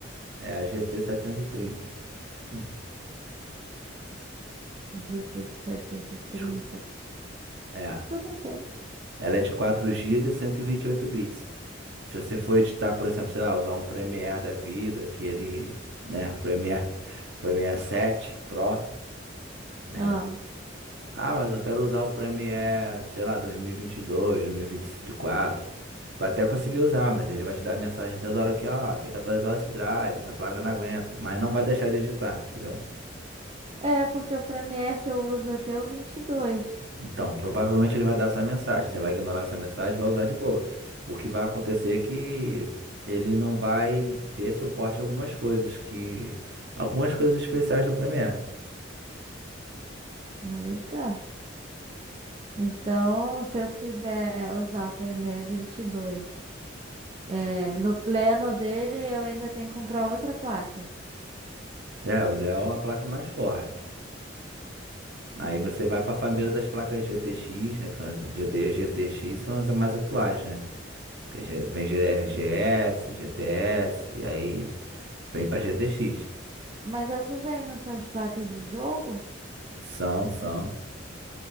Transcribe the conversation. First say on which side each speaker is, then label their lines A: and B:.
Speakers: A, on the right; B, on the right.
A: GT, é a GT 730. Hum.
B: GT
A: Desculpa.
B: trinta.
A: É.
B: Tudo bem.
A: Ela é de quatro gigas, 128 bits. Se você for editar, por exemplo, sei lá, usar um Premiere da vida, que ele, né, Premiere, <laughs> Premiere 7 Pro, né?
B: Ah,
A: Ah, mas eu quero usar o Premiere, sei lá, dois dois, dois mil mil e vinte e dois, dois mil e vinte vinte e quatro. Vai até conseguir usar, mas ele vai te dar mensagem toda hora que, ó, tem que atualizar esse drive, essa placa não aguenta, mas não vai deixar de editar, entendeu?
B: é, porque o Premiere que eu uso aqui é o vinte e dois.
A: Então, provavelmente ele vai dar essa mensagem. Você vai ignorar essa mensagem, e vai usar de boa. O que vai acontecer é que ele não vai ter suporte a algumas coisas que algumas coisas especiais do Premiere.
B: Eita. Então, se eu quiser usar o Premiere 22, é, no pleno dele, eu ainda tenho que comprar outra placa.
A: É, o ideal é uma placa mais forte. Aí
B: Eita.
A: você vai para a família das placas GTX, né, que são as GT, GTX são as mais atuais, né? Que já vem G- GS, GTS e aí vem para GTX.
B: Mas essas aí não são as placas de jogo?
A: São, são.